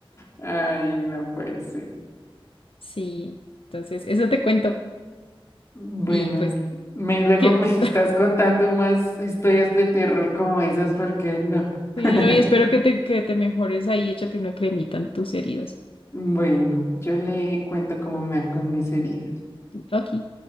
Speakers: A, on the left (about 30°); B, on the left (about 70°).
A: Ay, no puede ser.
B: Sí, entonces eso te cuento.
A: Bueno,
B: Y pues
A: me, luego
B: que
A: me <laughs> estás contando más historias de terror como esas, porque no. <laughs>
B: sí, no, y espero que te, que te mejores ahí, échate una cremita en tus heridas.
A: Bueno, yo le cuento cómo me van con mis heridas.
B: Ok.